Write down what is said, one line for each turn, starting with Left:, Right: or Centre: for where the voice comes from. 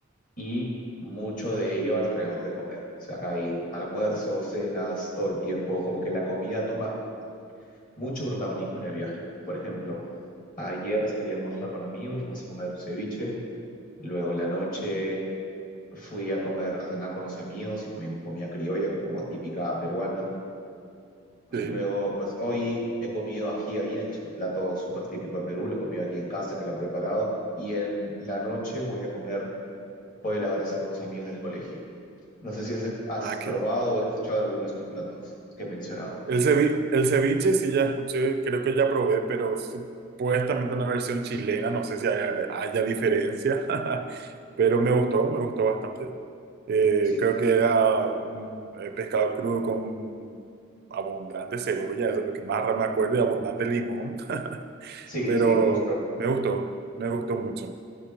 Left: y mucho de ello alrededor de comer. O sea, acá hay almuerzos, cenas, todo el tiempo, como que la comida toma mucho protagonismo en el viaje. Por ejemplo, ayer salí a almorzar con amigos y fuimos a comer un ceviche. Luego en la noche fui a comer, a cenar con los amigos y comimos comida criolla, que es como típica peruana. Y
Right: Sí.
Left: Luego, pues hoy he comido ají de gallina, que es un plato súper típico de Perú, lo he comido aquí en casa, que lo han preparado. Y en la noche voy a comer pollo a la brasa con unos amigos del colegio. No sé si has, has
Right: Ah, qué,
Left: probado o escuchado alguno de estos platos que he mencionado.
Right: El ceviche, el ceviche sí ya escuché, creo que ya probé, pero supuestamente una versión chilena, no sé si haya, haya diferencia, <laughs> pero me gustó, me gustó bastante. Eh,
Left: Sí,
Right: creo que era un eh, pescado crudo con abundante cebolla, eso es lo que más me acuerdo, y abundante limón, <laughs>
Left: Sí,
Right: pero
Left: sí, justo.
Right: me gustó, me gustó mucho.